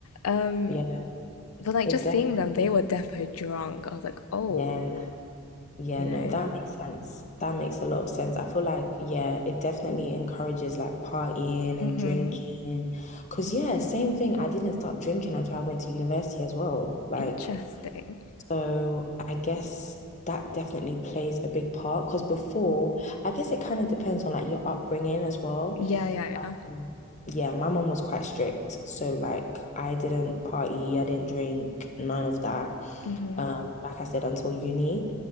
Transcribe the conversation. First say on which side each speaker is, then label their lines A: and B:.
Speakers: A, on the left; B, on the left.
A: Um,
B: yeah.
A: but like
B: It
A: just
B: definitely,
A: seeing them, they were defo drunk. I was like, oh
B: yeah, yeah,
A: you
B: no,
A: know?
B: that makes sense. That makes a lot of sense. I feel like, yeah, it definitely encourages like partying and
A: Mm-hmm.
B: drinking. Because, yeah, same thing. I didn't start drinking until I went to university as well. Like,
A: Interesting.
B: so I guess that definitely plays a big part. Because before, I guess it kind of depends on like your upbringing as well.
A: Yeah, yeah, yeah.
B: Mm. yeah, my mom was quite strict. So like I didn't party, I didn't drink, none of that.
A: Mm-hmm.
B: Um, like I said, until uni.